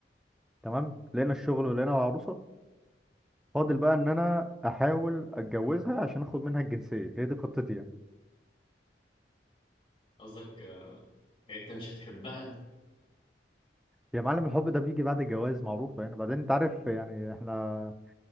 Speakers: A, in the centre; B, on the left.
A: تمام لقينا الشغل ولقينا عروسه فاضل بقى ان انا احاول اتجوزها عشان اخد منها الجنسيه هي دي خطتي يعني.
B: قصدك آه، يعني انت مش هتحبها
A: يا معلم الحب ده بيجي بعد الجواز معروفة يعني بعدين انت عارف يعني احنا